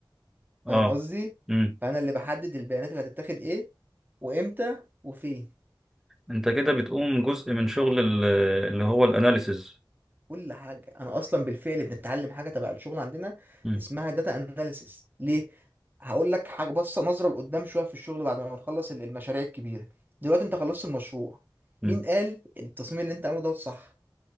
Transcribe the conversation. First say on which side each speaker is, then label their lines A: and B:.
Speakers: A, on the right; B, in the centre.
A: فاهم
B: اه
A: قصدي
B: امم
A: فانا اللي بحدد البيانات اللي هتتاخد ايه وامتى وفين
B: انت كده بتقوم جزء من شغل ال- اللي هو الاناليسز
A: كل حاجة أنا أصلا بالفعل بنتعلم حاجة تبع الشغل عندنا
B: امم
A: اسمها داتا أناليسيس ليه؟ هقول لك حاجة بصة نظرة لقدام شوية في الشغل بعد ما نخلص ال- المشاريع الكبيرة دلوقتي أنت خلصت المشروع
B: امم
A: مين قال التصميم اللي أنت عامله ده صح؟